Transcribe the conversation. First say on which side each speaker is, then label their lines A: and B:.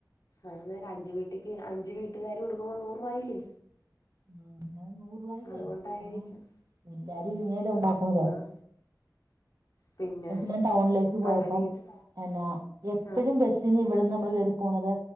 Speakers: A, on the left; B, on the right.
A: ആ്ന്നേം അഞ്ച് വീട്ടക്ക് അഞ്ച് വീട്ടുകാാര് കൊടുക്കുമ്പോ നൂറ് രൂപായില്ലേ
B: ഉം അത് നൂറ് രൂപായില്ലേ
A: അതുകൊണ്ടായിരിക്കും
B: ആഹ് എല്ലാരും ഇങ്ങെല്ല ഉണ്ടാക്കുന്നതോ
A: ആ ആ പിന്നെ
B: ഞാൻ ടൗണിലേക്ക് പോയപ്പം
A: പല രീതി
B: എന്നാ എപ്പഴും
A: ആഹ്
B: ബസ് ന്ന് ഇവിടെന്ന് നമ്മൾ വരെ പോണുന്നത്